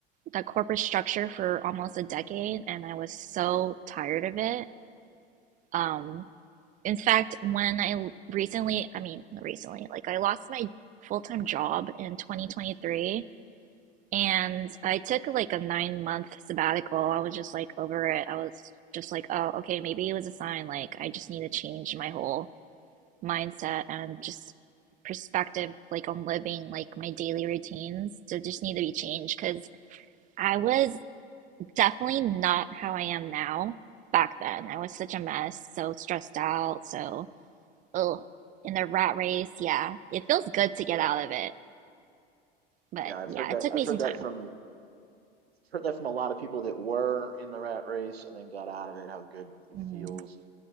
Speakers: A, on the right (about 25°); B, on the right (about 85°).
A: the corporate structure for almost a decade and I was so tired of it. Um, in fact, when I l- recently, I mean, recently, like I lost my full-time job in 2023 and I took like a nine month sabbatical. I was just like over it. I was just like, oh, okay, maybe it was a sign. Like, I just need to change my whole mindset and just perspective, like on living, like my daily routines to just need to be changed. Cause I was definitely not how I am now back then. I was such a mess, so stressed out, so, oh, in the rat race. Yeah, it feels good to
B: sure.
A: get out of it. But
B: Yeah, I've
A: yeah,
B: heard that.
A: it took
B: I've
A: me
B: heard
A: some time.
B: that from heard that from a lot of people that were in the rat race and then got out of it. How good it
A: hmm
B: feels